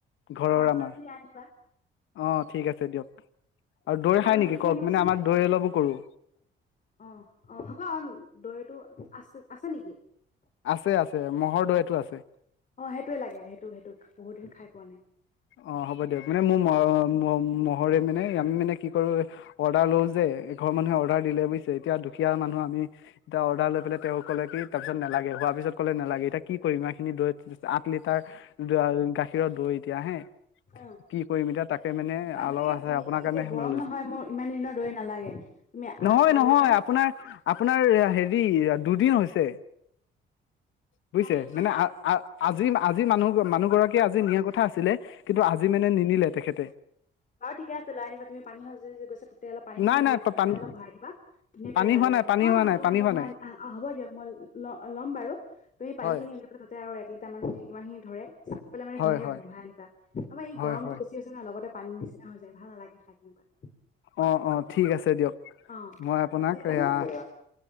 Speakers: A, on the left; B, on the left.
A: ঘৰৰ
B: অ আছে
A: আমাৰ
B: যদি আনিবা
A: অ ঠিক আছে দিয়ক আৰু দৈ খাই নেকি
B: হেৰি
A: কওক
B: আনিবাচোন
A: মানে আমাৰ দৈ অলপো কৰোঁ
B: অ অ হ'ব দৰিটো আছে আছে নেকি
A: আছে আছে মহ'ৰ দুৱতটো আছে
B: অ সেইটোোৱে লাগে সেইটো সেইটো বহুত দিন খাই পোৱা নাই
A: অ হ'ব দিয়ক মানে মোৰ মহৰে মানে আমি মানে কি কৰো অৰ্ডাৰ লওঁ যে ঘৰ মানুহে অৰ্ডাৰ দিলেুজছে এয়া দুখীয়া মানুহ আমি এটা অৰ্ডাৰ লৈ পেল তেওঁ কলে কি তাৰ পিছত নালাগে হোৱাৰ পিছত ক'লে নালাগে এতিয়া কি কৰিম এইখিনি দৈত আঠ লিটাৰ গাখীৰৰ দৈ এতিয়া হে
B: অ
A: কি কৰিম এতিয়া তাকে মানে
B: ন
A: অলপ
B: তুমি
A: আছে আপোনাৰ
B: এই
A: কাৰণেে
B: এতিয়া গৰম
A: মই লৈ
B: নহয়
A: যাম
B: মোৰ ইমান দিনৰ দৈ নালাগে তুমি আহ
A: নহয়
B: কাল
A: নহয়
B: মানে
A: আপোনাৰ আপোনাৰ হেৰি দুদিন হৈছে বুজিছে
B: পানী যোৱা
A: মানে
B: নাই
A: আজি আজি মানুহ মানুহ গৰাকীয়ে আজি নিয়াৰ কথা আছিলে কিন্তু আজি মানে নিনিলে তেখেতে
B: আৰু ঠিক আছে ল আনা তুমি পানী সজি গৈছে তাতে অল পানীখিনি
A: নাই
B: উলিয়াবা
A: নাই
B: তাতে
A: পানী
B: অল ভই দা ধুনাকে
A: পানী
B: লৈ
A: হোৱা
B: আনা
A: নাই
B: বাৰু
A: পানী
B: হ'
A: হোৱা নাই পানী
B: হ'ব
A: হোৱা
B: মই
A: নাই
B: অ হ'ব দিয়ক মই ল'ম বাৰু তুমি পানী
A: হয়
B: খিনি তাতে আৰু াৰ মানেমান খিনি ধৰে চাকি পেল মানে
A: হয়
B: ধুনাকে
A: হয়
B: বহাই আনিবা আমাৰ
A: হয়
B: গমটো
A: হয়
B: বেছি হৈছে ন লগতে পানী নিচিনা হৈ যায় ভাল নালাগে খাই দনেুৱাত
A: অ অ ঠিক আছে দিয়ক
B: অ অ
A: মই আপোনাক
B: ঠিক
A: এয়া
B: আছে দিয়া